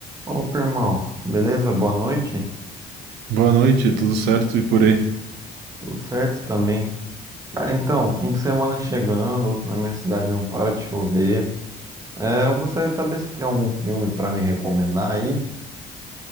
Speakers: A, on the right; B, on the right.
A: Opa, irmão, beleza? Boa noite.
B: Boa noite, tudo certo e por aí?
A: Tudo certo também. Cara, então, fim de semana chegando, na minha cidade não para de chover. É, eu gostaria de saber se tem algum filme pra me recomendar aí.